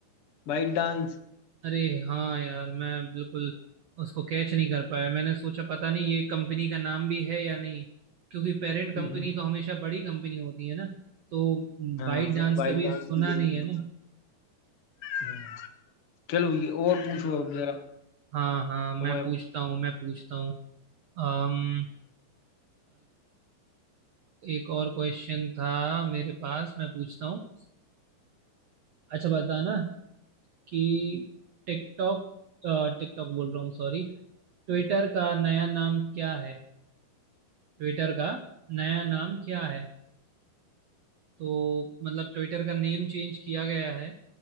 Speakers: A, on the left; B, on the right.
A: वाइट डांस
B: अरे हाँ यार मैं बिल्कुल उसको कैच नहीं कर पाया मैंने सोचा पता नहीं ये कंपनी का नाम भी है या नहीं क्योंकि पेरेंट
A: <laughs>
B: कंपनी तो हमेशा बड़ी कंपनी होती है ना तो
A: हाँ
B: बाइट डांस
A: वाइट
B: का भी
A: डांस
B: सुना
A: भी बड़ी
B: नहीं
A: गंदी
B: है ना
A: है। चलो ये और पूछो अब जरा
B: हाँ हाँ मैं
A: तुम्हारे
B: पूछता हूँ मैं पूछता हूँ अम, एक और क्वेश्चन था मेरे पास मैं पूछता हूँ अच्छा बताना कि टिकटॉक टिकटॉक बोल रहा हूँ सॉरी ट्विटर का नया नाम क्या है ट्विटर का नया नाम क्या है तो मतलब ट्विटर का नेम चेंज किया गया है